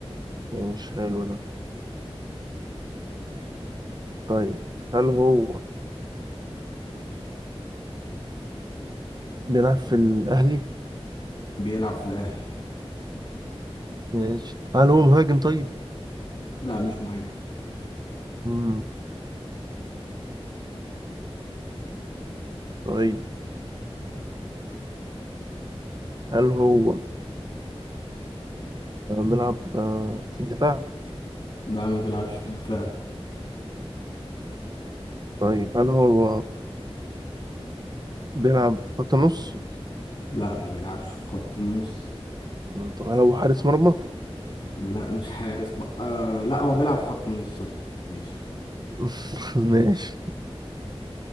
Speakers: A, on the right; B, on the left.
A: يعني مش حلو ده طيب هل هو بيلعب في الأهلي؟
B: بيلعب في الأهلي
A: ماشي هل هو مهاجم طيب؟
B: لا مش مهاجم
A: مم. طيب هل هو آه، بيلعب آه، في الدفاع؟
B: لا ما بيلعبش في الدفاع
A: طيب هل هو بيلعب خط نص؟
B: لا ما بيلعبش في خط النص
A: مم. طب هل هو حارس مرمى؟
B: لا مش حارس م... آه لا هو بيلعب في خط النص ده. ماشي
A: <laughs> ماشي